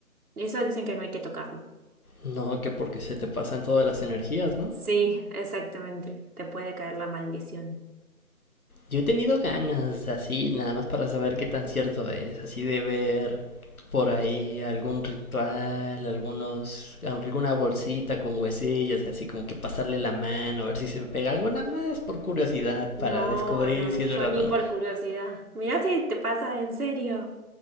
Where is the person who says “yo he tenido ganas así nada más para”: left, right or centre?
Left